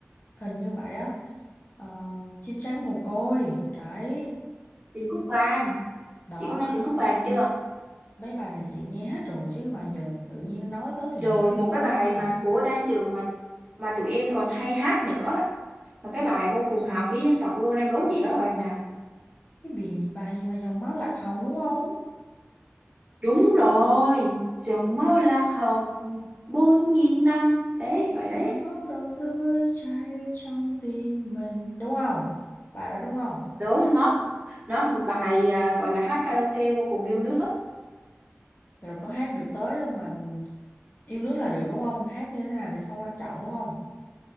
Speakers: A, on the left (about 45°); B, on the right (about 35°).
A: hình như vậy á. Ờ, chim trắng mồ côi. Đấy,
B: tình cúc vàng
A: đó
B: chị có nghe tình cúc vàng chưa
A: Mấy bài này chị nghe hết rồi chứ mà giờ tự nhiên nói tới thì
B: rồi
A: không nhớ
B: một cái bài
A: luôn.
B: mà của Đan Trường mà mà tụi em còn hay hát nữa một cái bài vô cùng hào khí dân tộc luôn em đố chị đó là bài nào
A: Cái bài bài gì mà dòng máu lạc hồng đúng không?
B: đúng rồi dòng máu lạc hồng bốn nghìn năm đấy bài đấy
A: Dòng máu đỏ tươi chảy trong tim mình đúng không? Bài đó đúng không?
B: đúng nó nó một bài à, gọi là hát karaoke vô cùng yêu nước
A: Rồi có hát được tới không mà yêu nước là được đúng không? Hát như thế nào thì không quan trọng đúng không?